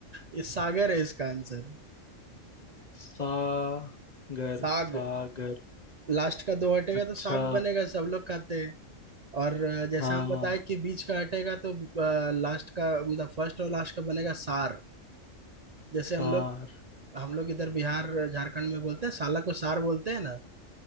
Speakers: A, on the right; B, on the left.
A: ये सागर है इसका आंसर
B: सागर
A: साग
B: सागर
A: लास्ट का दो हटेगा
B: अच्छा
A: तो साग बनेगा सब लोग खाते हैं और जैसा
B: हाँ
A: हम बताए कि बीच का हटेगा तो लास्ट का मतलब फर्स्ट और लास्ट का बनेगा सार जैसे
B: सार
A: हम लोग हम लोग इधर बिहार झारखंड में बोलते हैं साला को सार बोलते हैं ना